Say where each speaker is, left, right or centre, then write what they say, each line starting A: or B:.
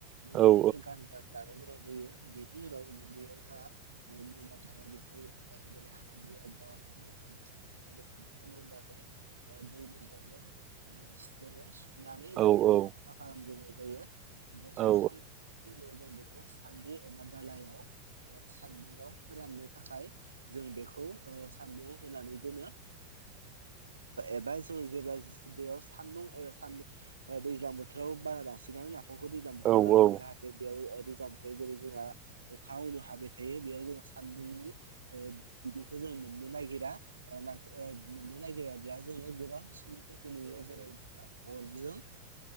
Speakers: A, on the right; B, on the right.
A: मोजाङै
B: औ औ
A: गारना लाग्रो नाय जायो बेनि उनाव बेयाव जा मुला थानाय बेखौ जेरै हाब्रुआदाफोरखौ मोसानो थाखाय बेखौ मोजाङै दै मोजांजों <unintelligible> नानै
B: औ
A: बेखौ जों
B: औ
A: साफा खालामग्रोनाय जायो बे साफा
B: औ
A: खालामनायनि उनाव जों बेखौ सान्द्रि एबा दालायाव सान्द्रियाव फोराननो थाखाय जों बेखौ सान्दुंङाव होनानै दोनो एबा जोङो जेब्ला बेयाव सान्दुं एबा सानदुं दैज्लां बोथोराव बा लासिनानै नाफामखौ दैज्लां
B: औ
A: बोथोराव बानायायो जाहाथे बेयाव दैजां बोथोराव जेरै जोंहा अखा हाब बियाव जों सानदुंनि बिदुंखौ जों मोननो नागिरा <unintelligible> <unintelligible> अरजों